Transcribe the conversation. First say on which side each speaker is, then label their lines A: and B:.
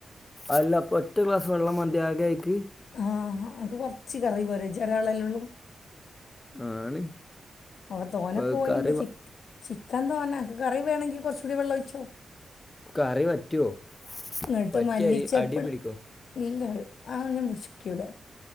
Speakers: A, on the left; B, on the left.
A: അല്ല അപ്പൊ ഒറ്റ ക്ലാസ് വെള്ളം മതി ആകെ ആയിക്ക്
B: ആ അനക്ക് കുറച്ച് കറി പോരെ ഇജ് ഒരാളല്ലേ ഒള്ളു
A: ആണ്
B: ഓ തോന്ന
A: ഇപ്പൊ അത്
B: കേയിന്റെ
A: കറി വ-
B: ചിക്ക ചിക്കൻ തോന്നക്ക് കറി വേണെങ്കിൽ കുറച്ച് കൂടി വെള്ളം ഒഴിച്ചോ
A: കറി പറ്റുമോ
B: ഇങ്ങട്ട്
A: പറ്റി
B: മല്ലി
A: അരി
B: ചെപ്പ്
A: അടി പിടിക്കോ
B: ഇല്ല ആയ് അങ്ങനെ ദുഷിക്കൂല